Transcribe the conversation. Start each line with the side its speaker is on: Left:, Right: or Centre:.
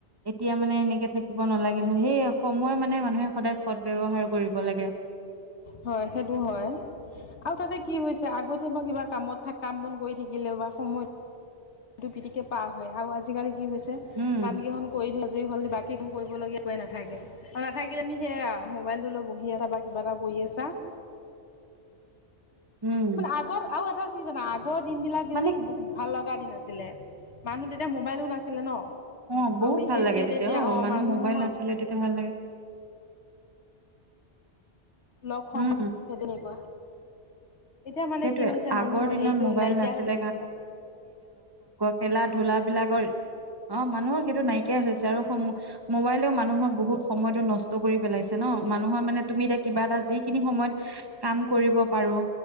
Right: এতিয়া মানে এনেকে থাকিব নালাগিলে হৈ। সেইয়া সময় মানে মানুহে সদায় সদ ব্যৱহাৰ কৰিব লাগে।
Left: হয়, সেইটোও হয়। আৰু তাতে কি হৈছে আগতে বা কিবা কামত কাম বন কৰি থাকিলেও বা সময়, টো পিটিকে পাৰ হয়, আৰু আজিকালি কি হৈছে
Right: উম
Left: কাম কেইখন কৰি থৈ যি হ'ল বাকী কাম কৰিব লগীয়া, নাথাকে আৰু নাথাকিলে আমি সেইয়াই মোবাইলটো লৈ বহি আছা বা কিবা এটা কৰি আছা।
Right: উম
Left: মানে, আগৰ আৰু এটা কি জানা, আগৰ দিন বিলাক যে,
Right: মানে
Left: ভাল লগা দিন আছি ছিলে, মানুহ তেতিয়া মোবাইলো নাছিলে ন'।
Right: অ', বহুত
Left: আৰু বিশেষকে
Right: ভাল লাগে, তেতিয়া অ', মানুহ
Left: মানুহৰ
Right: মোবাইল নাছিলে, তেতিয়া ভাল লাগে।
Left: লক <unintelligible>
Right: উম
Left: হেই তেনেকুৱা। এতিয়া মানে
Right: সেইটোয়ে
Left: কি হৈছে,
Right: আগৰ
Left: মানুহৰ
Right: দিনত
Left: হেৰিটো
Right: মোবাইল
Left: নাইকিয়া
Right: নাছিলে
Left: হৈ গৈছে।
Right: খেলা-ধূলা বিলাকৰ, অ', মানুহৰ সেইটো নাইকিয়াই হৈছে, আৰু সময়, মোবাইলেও মানুহৰ বহুত সময়টো নষ্ট কৰি পেলাইছে ন', মানুহৰ মানে তুমি দে কিবা এটা, যিখিনি সময়ত কাম কৰিব পাৰোঁ,